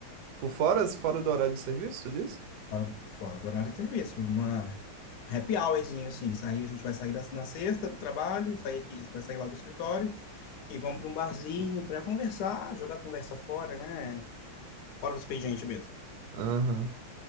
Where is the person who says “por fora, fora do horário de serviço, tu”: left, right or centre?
Right